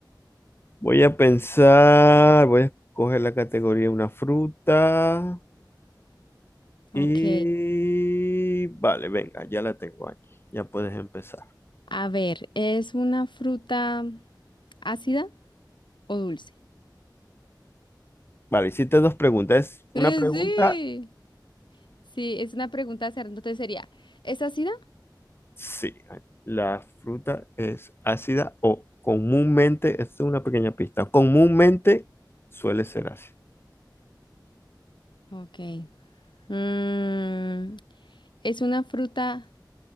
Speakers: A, on the left; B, on the left.
A: Voy a pensar, voy a escoger la categoría una fruta y...
B: Ok.
A: Vale, venga, ya la tengo, Angie. Ya puedes empezar.
B: A ver, ¿es una fruta ácida o dulce?
A: Vale, hiciste dos preguntas. Es una
B: Eh,
A: pregunta
B: sí. Sí, es una pregunta cerrada. Entonces sería, ¿es ácida?
A: Sí, eh, la fruta es ácida o comúnmente, esta es una pequeña pista, comúnmente suele ser ácida.
B: Ok. Mm, ¿es una fruta...